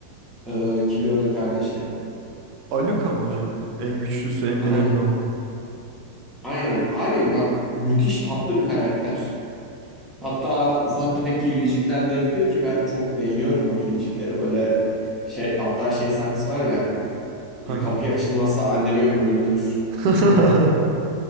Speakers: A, in the centre; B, on the right.
A: e, Killua'nın kardeşi.
B: Aluka mı hocam? En güçlüsü en
A: Ay-
B: bileni o.
A: Aynen. Abi bak müthiş tatlı bir karakter. Hatta ufak tefek hilecikler de yapıyor ki ben çok beğeniyorum o hilecikleri. Böyle şey hatta şey sahnesi var ya e,
B: Hangi?
A: kapı açılmazsa annemi öldür.
B: <laughs>